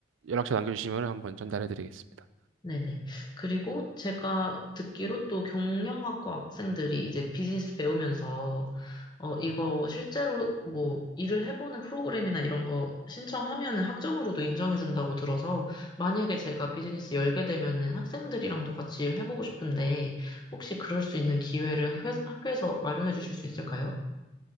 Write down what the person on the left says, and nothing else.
네네. 그리고 제가 듣기로 또 경영학과 학생들이 이제 비즈니스 배우면서, 어, 이거 실제로 뭐 일을 해보는 프로그램이나 이런 거 신청하면은 학점으로도 인정해준다고 들어서, 만약에 제가 비즈니스 열게 되면은 학생들이랑도 같이 일해보고 싶은데, 혹시 그럴 수 있는 기회를 회- 학교에서 마련해 주실 수 있을까요?